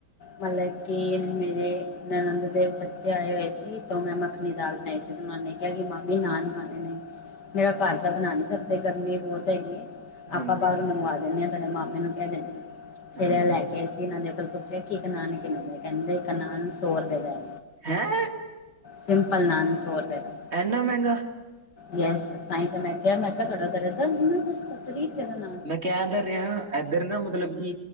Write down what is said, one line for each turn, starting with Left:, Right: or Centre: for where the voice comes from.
Left: ਮਤਲ ਕਿ ਮੇਰੇ ਨਨੰਦ ਦੇ ਬੱਚੇ ਆਏ ਹੋਏ ਸੀ, ਤੋ ਮੈਂ ਮੱਖਨੀ ਦਾਲ ਬਨਾਈ ਸੀ। ਓਨਾਂ ਨੇ ਕੇਆ ਕਿ ਮਾਮੀ ਨਾਨ ਖਾਨੇ ਨੇ, ਮੇਰਾ ਘਾਰ ਤਾ ਬਨਾ ਨੀ ਸਕਦੇ, ਗਰਮੀ ਬੋਤ ਹੈਗੀ ਏ।
Right: ਹਾਂਜੀ
Left: ਆਪਾਂ ਬਾਰੋਂ ਮੰਗਵਾ ਦੇਨੇ ਆਂ, ਤੁਆਡੇ ਮਾਮੇ ਨੂੰ ਕੈ ਦੇਨੀ ਆਂ। ਫੇਰ
Right: ਹਾਂਜੀ
Left: ਐ ਲੈਕੇ ਆਏ ਸੀ। ਏਨਾਂ ਦੇ ਕੋਲ ਪੁੱਛਯਾ ਕਿ ਇੱਕ ਨਾਨ ਕਿੰਨੇ ਦੇ? ਕੈਂਦੇ ਇੱਕ ਨਾਨ ਸੌ ਰੁਪੇ ਦਾ ਐ।
Right: ਹੈਂ!
Left: ਸਿੰਪਲ ਨਾਨ ਸੌ ਰੁਪੇ ਦਾ
Right: ਐੱਨਾ ਮੈਂਗਾ
Left: ਯੈਸ, ਤਾਂਈ ਤੇ ਮੈਂ ਕੇਯਾ, ਮੈਂ ਕਾ ਤੁਆਡਾ ਏੱਦਾ ਏਨਾਂ ਸਸਤਾ ਤ੍ਰੀ ਰੁਪੇ ਦਾ ਨਾਨ
Right: ਕੈ ਤੇ ਰੇਆਂ, ਏੱਧਰ ਨਾ ਮਤਲਬ ਕਿ